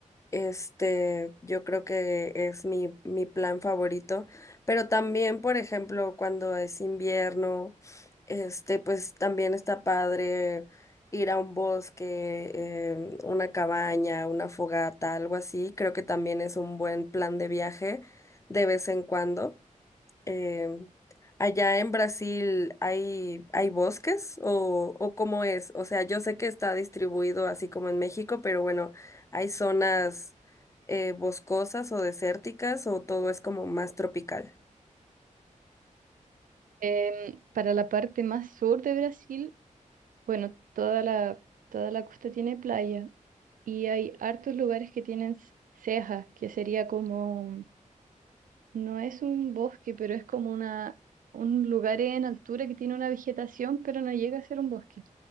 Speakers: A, on the left (about 20°); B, on the right (about 85°).
A: Este, yo creo que es mi, mi plan favorito. Pero también, por ejemplo, cuando es invierno, este, pues también está padre ir a un bosque, em, una cabaña, una fogata, algo así. Creo que también es un buen plan de viaje de vez en cuando. Eh, allá en Brasil hay, hay bosques o, o cómo es? O sea, yo sé que está distribuido así como en México, pero bueno, ¿hay zonas eh, boscosas o desérticas o todo es como más tropical?
B: Em, para la parte más sur de Brasil, bueno, toda la, toda la costa tiene playa y hay hartos lugares que tienen cejas, que sería como, no es un bosque, pero es como una, un lugar en altura que tiene una vegetación, pero no llega a ser un bosque.